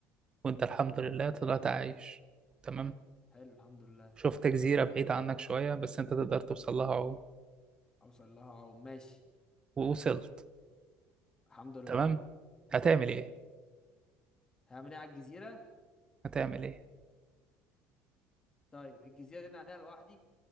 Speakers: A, on the right; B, on the left.
A: وأنت الحمد لله طلعت عايش تمام
B: حلو الحمد لله
A: شفت جزيرة بعيدة عنك شوية بس أنت تقدر توصل لها عوم
B: اوصل لها اهو ماشي
A: ووصلت
B: الحمد لله
A: تمام هتعمل إيه؟
B: هعمل ايه على الجزيره
A: هتعمل إيه؟
B: طيب الجزيره دي انا عليها لوحدي